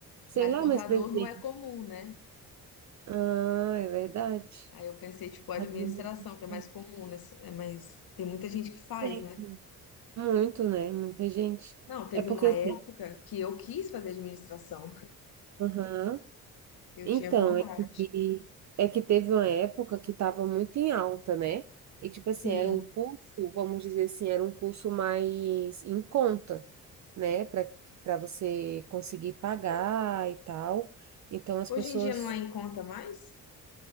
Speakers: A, on the right; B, on the left.
A: sei
B: mas
A: lá,
B: contador
A: mas presidente.
B: não é comum, né?
A: Ah, é verdade.
B: Aí eu pensei, tipo, administração,
A: Administração.
B: que é mais comum, né? É mais, tem muita gente que faz,
A: Sim,
B: né?
A: muito, né? Muita gente.
B: Não, teve
A: É porque
B: uma
A: assim,
B: época que eu quis fazer administração,
A: aham.
B: eu
A: Então,
B: tinha vontade.
A: é que, é que teve uma época que estava muito em alta, né? E, tipo assim,
B: Sim,
A: era um curso, vamos dizer assim, era um curso mais em conta, né? Para para você conseguir pagar e tal. Então, as
B: hoje
A: pessoas.
B: em dia não é em conta mais?